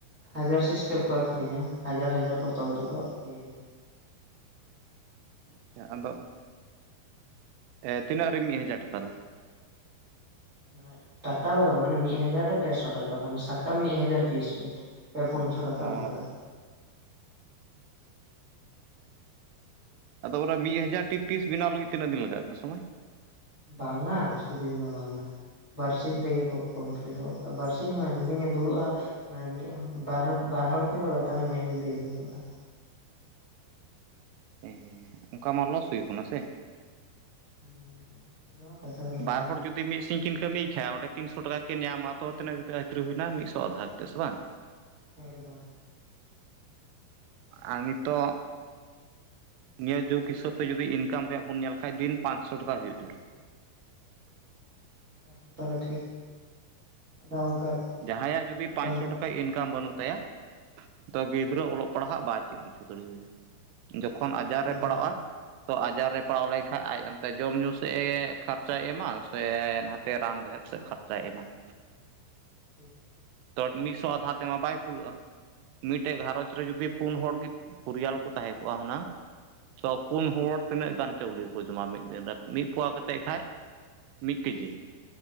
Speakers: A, on the right (about 55°); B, on the right (about 85°).
A: ᱦᱟᱡᱟᱨ ᱥᱤᱥᱴᱮᱢ ᱠᱚ ᱟᱠᱷᱨᱤᱧᱟ ᱦᱟᱡᱟᱨ ᱦᱟᱡᱟᱨ ᱠᱚ ᱛᱚᱞ ᱛᱮᱠᱚ ᱤᱭᱟᱹᱭᱟ ᱾
B: ᱟᱪᱪᱷᱟ ᱟᱫᱚ ᱮ ᱛᱤᱱᱟᱹᱜ ᱨᱮ ᱢᱤᱫ ᱦᱟᱡᱟᱨ ᱴᱟᱠᱟ ᱫᱚ?
A: ᱢᱟᱱᱮ ᱴᱟᱠᱟ ᱫᱚ ᱵᱟᱝ ᱢᱟᱱᱮ ᱢᱤᱫ ᱦᱟᱡᱟᱨ ᱨᱮ ᱯᱮᱥᱚ ᱴᱟᱠᱟ ᱢᱟᱱᱮ ᱥᱟᱠᱟᱢ ᱢᱤᱫ ᱦᱟᱡᱟᱨ ᱯᱤᱥ ᱨᱮ ᱯᱮ ᱯᱩᱱᱥᱚ ᱴᱟᱠᱟ
B: ᱚ
A: ᱚᱝᱠᱟ ᱾
B: ᱟᱫᱚ ᱚᱱᱟ ᱢᱤᱫ ᱦᱟᱡᱟᱨ ᱴᱤ ᱯᱤᱥ ᱵᱮᱱᱟᱣ ᱞᱟᱹᱜᱤᱫ ᱛᱤᱱᱟᱹᱜ ᱫᱤᱱ ᱞᱟᱜᱟᱜ ᱠᱟᱱᱟ ᱥᱚᱢᱚᱭ?
A: ᱵᱟᱝᱟ ᱵᱮᱥᱤ ᱫᱤᱱ ᱫᱚ ᱵᱟᱝᱟ ᱾ ᱵᱟᱹᱨᱥᱤᱧ ᱛᱮᱜᱮ ᱠᱚ ᱠᱚᱢᱯᱞᱤᱴ ᱜᱚᱫ ᱠᱟᱜ-ᱟ ᱵᱟᱹᱨᱥᱤᱧ ᱵᱟᱧ ᱡᱩᱫᱤᱧ ᱮ ᱫᱩᱲᱩᱵ-ᱟ ᱢᱟᱱᱮ ᱢᱤᱫ ᱦᱚ ᱵᱟᱨ ᱦᱚᱲ ᱵᱟᱨ ᱦᱚᱲ ᱠᱤᱱ ᱨᱚᱜ-ᱟ ᱛᱟᱦᱚᱞᱮ ᱢᱤᱫ ᱫᱤᱱ ᱛᱤᱜᱤ ᱠᱤᱱ ᱨᱚᱜᱟ᱾
B: ᱮ ᱚᱱᱠᱟ ᱢᱟ ᱞᱚᱥ ᱦᱩᱭᱩᱜ ᱠᱟᱱᱟ ᱥᱮ?
A: <unintelligible> ᱚᱱᱟ ᱢᱟ ᱠᱟᱛᱷᱟ ᱜᱮᱞᱟ
B: ᱵᱟᱨ ᱦᱚᱲ ᱡᱩᱫᱤ ᱢᱤᱫ ᱥᱤᱧ ᱠᱤᱱ ᱠᱟᱹᱢᱤᱭ ᱠᱷᱟᱡ ᱚᱸᱰᱮ ᱛᱤᱱᱥᱚ ᱴᱟᱠᱟ ᱠᱤᱱ ᱧᱟᱢᱟ ᱛᱚ ᱛᱤᱱᱟᱹᱜ ᱠᱟᱛᱮ ᱟᱹᱪᱩᱨᱤ ᱦᱩᱭᱱᱟ ᱢᱤᱫᱥᱚ ᱟᱫᱷᱟ ᱠᱟᱛᱮᱜ ᱥᱮ ᱵᱟᱝ?
A: ᱮᱠᱫᱚᱢ ᱾
B: ᱟᱨ ᱱᱤᱛᱚᱜ ᱱᱤᱭᱟᱹ ᱡᱩᱜᱽ ᱦᱤᱥᱟᱹᱵ ᱛᱮ ᱡᱩᱫᱤ ᱤᱱᱠᱟᱢ ᱨᱮᱭᱟᱜ ᱵᱚᱱ ᱧᱮᱞ ᱠᱷᱟᱡ ᱫᱤᱱ ᱯᱟᱸᱪᱥᱚ ᱴᱟᱠᱟ ᱦᱩᱭᱩᱜ ᱡᱳᱲ᱾
A: ᱯᱟᱸᱪᱥᱚ ᱴᱟᱠᱟ ᱴᱷᱤᱠ ᱟᱫᱚ ᱚᱝᱠᱟ
B: ᱡᱟᱦᱟᱸᱭᱟᱜ ᱡᱩᱫᱤ
A: ᱚᱝᱠᱟᱞ
B: <inaudible> ᱤᱱᱠᱟᱢ ᱵᱟᱹᱱᱩᱜ ᱛᱟᱭᱟ, ᱛᱚ ᱜᱤᱫᱽᱨᱟᱹ ᱚᱞᱚᱜ ᱯᱟᱲᱦᱟᱜ ᱵᱟᱭ ᱪᱤᱫ ᱦᱚᱪᱚ ᱫᱟᱲᱮᱣᱟᱭᱟ᱾ ᱡᱚᱠᱷᱚᱱ ᱟᱡᱟᱨ ᱨᱮ
A: ᱮᱠᱫᱚᱢ
B: ᱯᱟᱲᱟᱜ-ᱟ, ᱛᱚ ᱟᱡᱟᱨ ᱨᱮ ᱯᱟᱲᱟᱣ ᱞᱟᱹᱜᱤᱫ ᱮᱱᱠᱷᱟ ᱟᱡ ᱚᱱᱛᱮ ᱡᱚᱢ ᱧᱩ ᱥᱮᱫ ᱮ ᱠᱷᱚᱨᱪᱟᱭ ᱮᱢᱟ ᱥᱮ ᱱᱟᱛᱮ ᱨᱟᱱ ᱨᱮᱦᱮᱫ ᱥᱮᱫ ᱠᱷᱚᱨᱪᱟᱭ ᱮᱢᱟ ᱾
A: ᱴᱷᱤᱠ
B: ᱛᱚ ᱢᱤᱫᱥᱚ ᱟᱫᱷᱟ ᱛᱮᱢᱟ ᱵᱟᱭ ᱠᱩᱲᱟᱹᱜ-ᱟ ᱢᱤᱫᱴᱮᱡ ᱜᱷᱟᱨᱚᱡ ᱨᱮ ᱡᱩᱫᱤ ᱯᱩᱱ ᱦᱚᱲ ᱜᱮ ᱯᱚᱨᱤᱭᱟᱞ ᱠᱚ ᱛᱟᱦᱮᱸ ᱠᱚᱜ-ᱟ ᱦᱩᱱᱟᱹᱝ, ᱛᱚ ᱯᱩᱱ ᱦᱚᱲ ᱛᱤᱱᱟᱹᱜ ᱜᱟᱱ ᱪᱟᱣᱞᱮ ᱠᱚ ᱡᱚᱢᱟ ᱢᱤᱫ ᱫᱤᱱ ᱨᱮ ᱢᱤᱫ ᱯᱳᱣᱟ ᱠᱟᱛᱮᱫ ᱠᱷᱟᱱ ᱢᱤᱫ ᱠᱮᱡᱤ ᱾